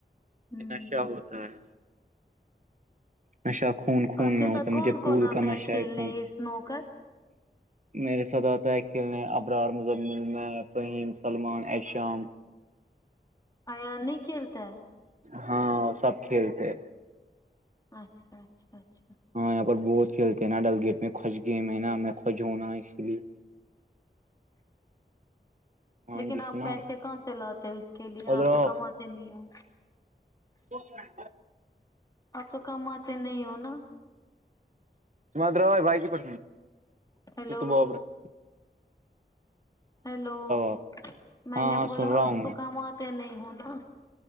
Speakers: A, on the left; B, on the right.
A: ہمم
B: یہ نشہ ہوتا ہے نشہ خون خون
A: آپ کے
B: میں
A: ساتھ
B: ہوتا
A: کون
B: ہے مجھے
A: کون
B: پھول
A: آتا
B: کا نشہ
A: کھیلنے
B: ہے خون
A: یہ سنوکر
B: میرے ساتھ آتا ہے کھیلنے ابرار مزمل میں فہیم سلمان ایشام
A: ایان نہیں کھیلتا ہے
B: ہاں سب کھیلتے ہیں
A: اچھا اچھا اچھا
B: ہاں یہاں پر بہت کھیلتے ہیں نا ڈلگیٹ میں خوج گی میں ہے نا میں خوج ہوں نا اسی لیے ہاں
A: لیکن
B: جی
A: آپ
B: سنا
A: پیسے کہاں سے لاتے ہو اس کے لیے
B: ادرو
A: آپ کماتے نہیں ہو
B: او <unintelligible>
A: اب تو کم آتے نہیں ہو نا
B: ا درا بائے پی
A: ہیلو
B: س تو بابرا <unintelligible>
A: ہیلو
B: آپ
A: میں
B: ہاں
A: نے
B: ہاں
A: بولا
B: سن رہا
A: آپ
B: ہوں میں
A: تو کہماںات نہیں ہوناا